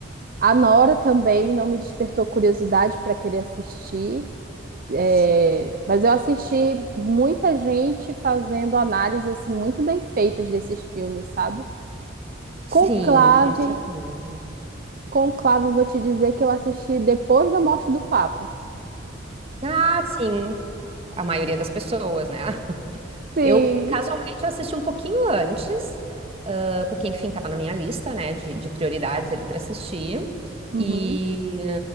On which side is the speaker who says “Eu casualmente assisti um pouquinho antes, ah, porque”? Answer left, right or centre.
Right